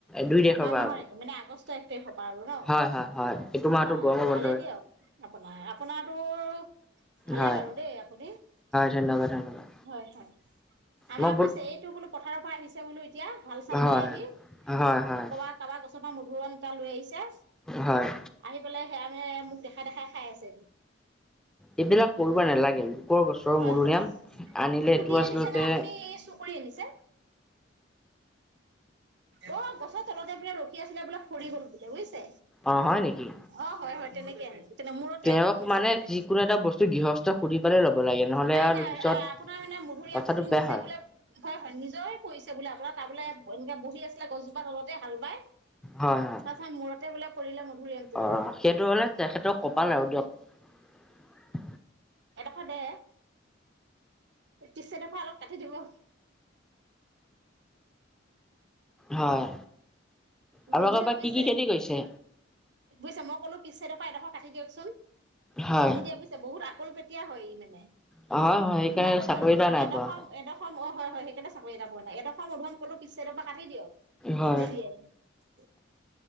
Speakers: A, in the centre; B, on the right (about 60°).
A: দুই তাৰিখৰ
B: অহা
A: পৰা
B: মাহৰ
A: হ'ব।
B: মানে আগষ্ট এক তাৰিখৰ পৰা আৰু ন
A: হয় হয় হয় এইটো মাহতো
B: বা
A: গৰমৰ
B: ভালেই
A: বন্ধই
B: দিয়ক। আপোনাৰ আপোনাৰ তোৰ ভালে
A: হয়
B: বাৰু দেই আপুনি হয়,
A: ধন্যবাদ ধন্যবাদ
B: হয়। আমাৰ
A: মই বহুত
B: বুজিছে এইটো বোলো পথাৰৰ পৰা আহিছে বোলো এতিয়া হাল চাল
A: হয়
B: বাই আহি।
A: হয় হয়
B: কবাৰ কাৰোবাৰ গছৰ পৰা মধুৰিআম এটা লৈ আহিছে।
A: হয়।
B: আহি পেলাই সেয়া হে মোক দেখাই দেখাই খাই আছে।
A: এইবিলাক কৰিব নালাগে লোকৰ গছৰ
B: হয়,
A: মধুৰিআম
B: হয়
A: আনিলে
B: সুধি
A: এইটো আচলতে
B: আনিছে নে আপুনি ই চুৰ কৰি আনিছে? অ', গছৰ তলতে বোলে ৰখি আছিলে বোলে সৰি গ'ল বোলে বুজিছে।
A: অ', হয় নেকি?
B: অ হয় হয় তেনেকে আহি তেনে মূৰতে
A: তেওঁক
B: আহি পৰিছে
A: মানে
B: বোলে।
A: যিকোনো এটা বস্তু গৃহস্থ সুধি পালে ল'ব লাগে নহ'লে
B: নাই
A: আৰু
B: নাই
A: পিছত
B: আপোনাৰ মানে মধুৰিআমটো
A: কথাটো
B: বোলে
A: বেয়া
B: নিজে
A: হয়
B: বোলে হয় হয় নিজৰে পৰিছে বোলে আপোনাৰ তাৰ বোলে বহি আছিলে গছ তলতে হাল বায়।
A: হয় হয়
B: তাৰ পিছতে মূৰতে বোলে পৰিলে মধুৰিআমটো।
A: অ সেইটো হ'লে তেখেতৰ কপাল আৰু দিয়ক।
B: এডোখ দে। পিছ চাইডৰ পৰা অলপ কাটি দিব।
A: হয় আপোনালোকৰ
B: নিদিয়ে
A: এইবাৰ
B: বুজিছে।
A: কি কি খেতি কৰিছে
B: বুজিছা মই ক'লো পিছ চাইডৰ পৰা এডোখৰ কাটি দিয়কচোন।
A: হয়
B: এতিয়া বুজিছে বহুত আকল পেতিয়া হয় ই মানে।
A: হয় হয় সেইকাৰণে
B: মই ক'লো
A: চাকৰি এটা নাই
B: এডোখ
A: পোৱা
B: এডোখৰ হয় হয় সেই কাৰণে চাকৰি এটা পোৱা নাই। এডোখৰ মধুৰিআম ক'লো পিছ চাইডৰ পৰা কাটি দিয়ক
A: হয়
B: নিদিয়ে।